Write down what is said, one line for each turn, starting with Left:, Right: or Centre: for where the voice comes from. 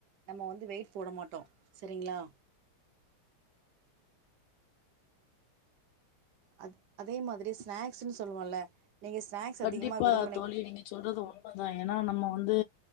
Right: நம்ம வந்து வெயிட் போட மாட்டோம் செரிங்களா அது-அதே மாரி ஸ்நாக்ஸ்ன்னு சொல்லுவோம்ல நீங்க ஸ்நாக்ஸ்
Left: கண்டிப்பா
Right: அதிகமா விரும்பினி
Left: தோழி நீங்க சொல்றது உண்மதா ஏன்னா நம்ம வந்து